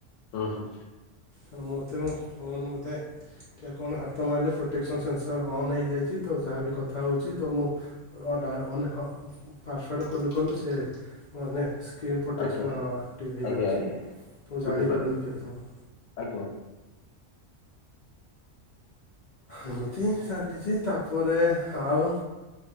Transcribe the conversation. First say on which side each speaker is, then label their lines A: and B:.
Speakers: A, on the left; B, on the left.
A: ହୁଁ ହୁଁ।
B: କାରଣ ମୋତେନ ଫୋନ ମତେ ଟିକେ କଣ ହାତ ମାରିଲେ ପ୍ରୋଟେକ୍ସନ୍ ସେନ୍ସର ଅନ୍ ହେଇଯାଇଚି ତ ଯାହାବି କଥା ହେଉଛି ତ ମୁଁ ଅ ଦାଡ଼୍ ଅନ୍ ହ ପାସୱାର୍ଡ଼୍ ଖୋଲୁ ଖୋଲୁ ସେ ମାନେ କିନ୍ ପୋଟେକ୍ସନ୍
A: ଆଜ୍ଞା
B: ଆକ୍ଟିଭ୍ ହେଇଯାଉଚି।
A: ଆଜ୍ଞା ଆଜ୍ଞା ଆଜ୍ଞା।
B: ତ ମୁଁ
A: ବୁଝିପାରିଲି
B: ଜାଣିପାରୁନି କେତେ ସମୟ।
A: ଆଜ୍ଞା।
B: ଏମିତି ଚାଲିଚି ତାପରେ ଆଉ